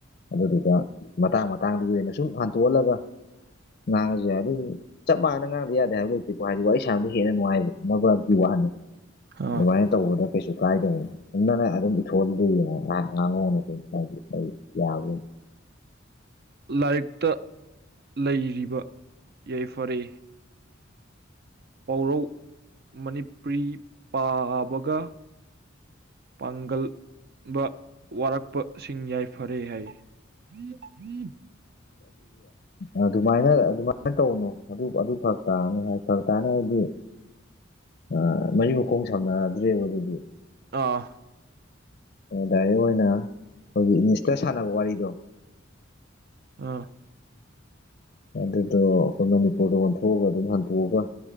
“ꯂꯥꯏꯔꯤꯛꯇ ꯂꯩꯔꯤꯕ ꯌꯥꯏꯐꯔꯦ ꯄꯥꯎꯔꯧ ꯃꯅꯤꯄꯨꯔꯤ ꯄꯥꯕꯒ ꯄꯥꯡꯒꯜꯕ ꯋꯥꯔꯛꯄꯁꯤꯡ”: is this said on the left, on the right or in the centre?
Right